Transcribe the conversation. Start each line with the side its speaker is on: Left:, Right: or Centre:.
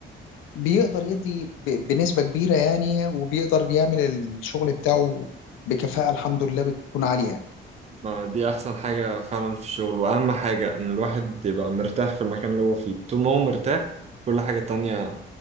Left: فبيقدر يدي ب- بنسبة كبيرة يعني وبيقدر يعمل الشغل بتاعه بكفاءة الحمد لله بتكون عالية
Right: ما دي أحسن حاجة فعلا في الشغل وأهم حاجة إن الواحد يبقى مرتاح في المكان اللي هو فيه طول ما هو مرتاح كل حاجة تانية